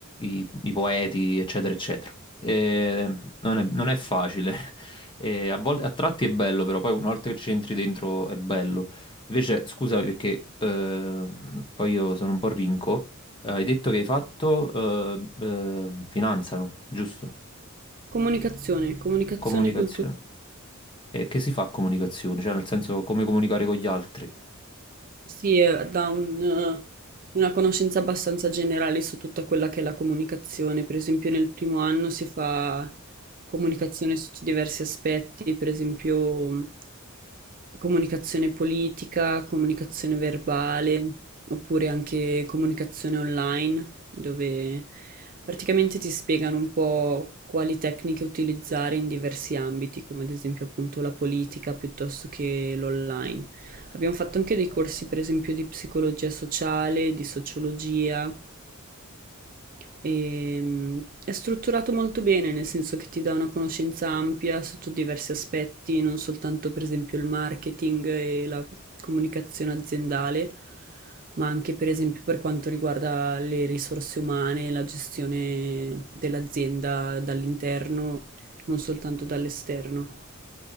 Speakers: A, on the left; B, on the right.
A: i- i poeti, eccetera, eccetera. E non è, non è facile. <laughs> E a volte, a tratti è bello, però poi una volta che ci entri dentro è bello. Invece, scusa perché eh, poi io sono un po' rinco. Eh, hai detto che hai fatto eh, eh, finanza, no? giusto?
B: Comunicazione, comunicazione
A: Comunicazione.
B: culturale.
A: E che si fa a comunicazione? Cioè, nel senso, come comunicare con gli altri?
B: Sì, eh, dà un, eh, una conoscenza abbastanza generale su tutta quella che è la comunicazione. Per esempio, nel primo anno si fa comunicazione su diversi aspetti, per esempio mh, comunicazione politica, comunicazione verbale, oppure anche comunicazione online, dove praticamente ti spiegano un po' quali tecniche utilizzare in diversi ambiti, come ad esempio appunto la politica piuttosto che l'online. Abbiamo fatto anche dei corsi, per esempio, di psicologia sociale, di sociologia. E, mm, è strutturato molto bene, nel senso che ti dà una conoscenza ampia sotto diversi aspetti, non soltanto, per esempio, il marketing e la comunicazione aziendale, ma anche, per esempio, per quanto riguarda le risorse umane, la gestione dell'azienda dall'interno, non soltanto dall'esterno.